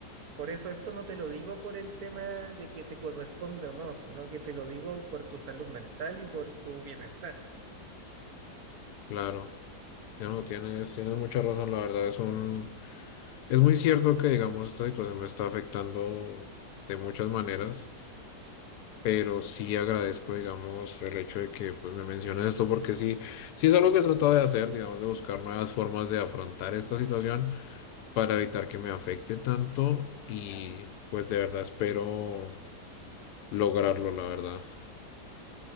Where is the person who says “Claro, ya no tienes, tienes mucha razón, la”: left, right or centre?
Left